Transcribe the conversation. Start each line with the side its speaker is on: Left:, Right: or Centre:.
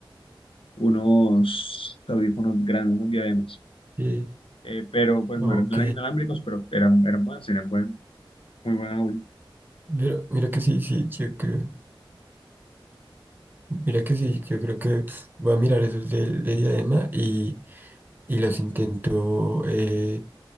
Left: unos audífonos grandes, unos diademas.
Right: sí
Left: Eh, pero pues
Right: ok
Left: no eran, no eran inalámbricos, pero eran, eran buenas, tenían buen, muy buen audio.
Right: pero mira que sí sí yo creo mira que sí yo creo que voy a mirar esos del de diadema y y los intento eh,